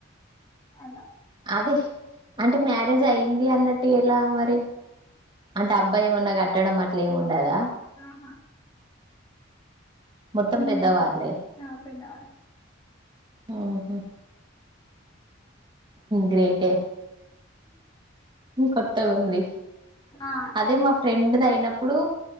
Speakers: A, on the left; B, on the right.
A: అలా
B: అది అంటే మ్యారేజ్ అయ్యిది అన్నట్టు ఎలా మరి అంటే అబ్బాయి ఏమన్నా కట్టడం అట్లా ఏమి ఉండదా
A: ఆహా
B: మొత్తం
A: నేను
B: పెద్దవాళ్ళే
A: ఉండది ఆ పెద్దవాళ్ళు
B: ఆఓహో గ్రేటే కొత్తగా ఉంది
A: ఆ
B: అదే మా ఫ్రెండ్ది అయిన ఇప్పుడు